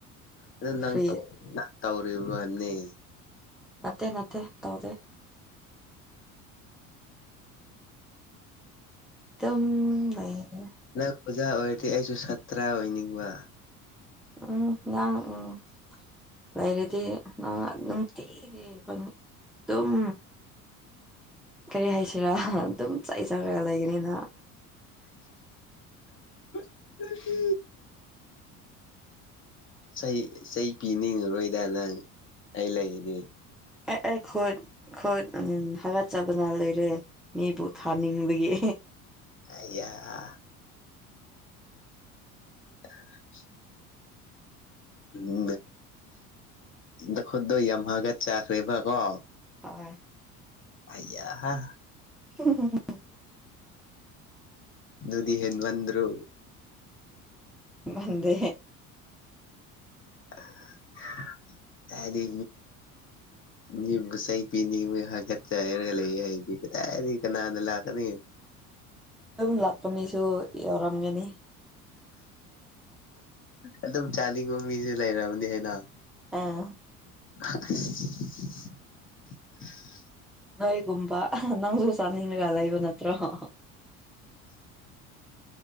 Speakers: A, on the left; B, in the centre.
A: ꯑꯗꯨ ꯅꯪ
B: ꯐꯔꯤ
A: ꯅꯪ ꯇꯧꯔꯤꯕ꯭ꯔꯣ ꯍꯥꯏꯕꯅꯦ
B: ꯅꯠꯇꯦ ꯅꯠꯇꯦ ꯇꯧꯗꯦ ꯑꯗꯨꯝ ꯂꯩꯌꯦ
A: ꯅꯪ ꯑꯣꯖꯥ ꯑꯣꯏꯔꯗꯤ ꯑꯩꯁꯨ ꯁꯥꯇ꯭ꯔ ꯑꯣꯏꯅꯤꯡꯕ
B: ꯎꯝ ꯌꯥ ꯎꯝ ꯂꯩꯔꯤꯗꯤ ꯅ ꯅꯨꯡꯇꯤꯒꯤ ꯑꯩꯈ ꯑꯗꯨꯝ ꯀꯔꯤ ꯍꯥꯏꯁꯤꯔꯥ ꯑꯗꯨꯝ ꯆꯩ ꯆꯪꯉꯒ ꯂꯩꯒꯅꯤꯅ
A: ꯎ ꯎ ꯆꯩ ꯆꯩ ꯄꯤꯅꯤꯡꯉꯔꯣꯏꯗ ꯅꯪ ꯑꯩ ꯂꯩꯗꯤ
B: ꯑꯦ ꯑꯩ ꯈꯣꯏꯠ ꯈꯣꯏꯠ ꯎ ꯍꯥꯒꯠꯆꯕꯅ ꯂꯩꯔꯦ ꯃꯤꯕꯨ ꯊꯥꯅꯤꯡꯕꯒꯤ
A: ꯑ <unintelligible> ꯨ ꯅꯈꯨꯠꯇꯣ ꯌꯥꯝꯃꯒ ꯆꯥꯈ꯭ꯔꯦꯕꯀꯣ
B: ꯑ
A: ꯑꯌꯥ ꯍꯥ
B: ꯎ
A: ꯅꯨꯗꯤ ꯍꯦꯟꯃꯟꯗ꯭ꯔꯣ
B: ꯃꯟꯗꯦ
A: <unintelligible> ꯑꯗꯤ ꯃꯤ ꯁꯩ ꯄꯤ ꯍꯠꯇ ꯏꯔꯒ ꯌꯥꯔꯤ ꯀꯅꯥꯗ ꯂꯥꯛꯀꯅꯤ
B: ꯑꯗꯨꯝ ꯂꯥꯛꯄ ꯃꯤꯁꯨ ꯌꯥꯎꯔꯝꯒꯅꯤ
A: ꯑꯗꯨꯝ ꯆꯥꯅꯤꯡꯕ ꯃꯤꯁꯨ ꯂꯩꯔꯝꯅꯤ ꯍꯥꯏꯅ
B: ꯑ
A: <unintelligible>
B: ꯅꯣꯏꯒꯨꯝꯕ ꯅꯪꯁꯨ ꯆꯥꯅꯤꯡꯂꯒ ꯂꯩꯕ ꯅꯠꯇ꯭ꯔꯣ